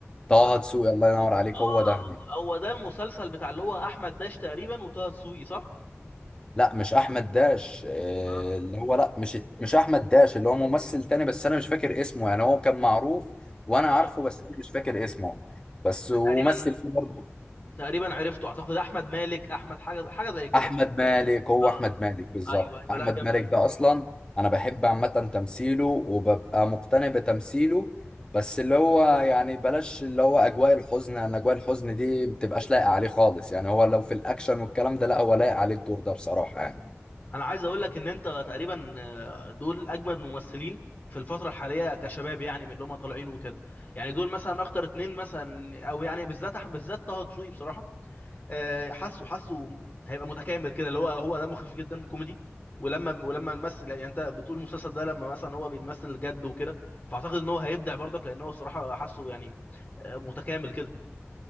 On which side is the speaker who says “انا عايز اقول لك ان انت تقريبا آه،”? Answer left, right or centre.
Left